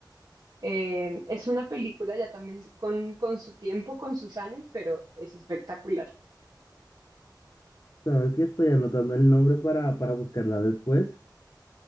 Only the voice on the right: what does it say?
Eh, es una película ya también con, con su tiempo, con sus años, pero es espectacular.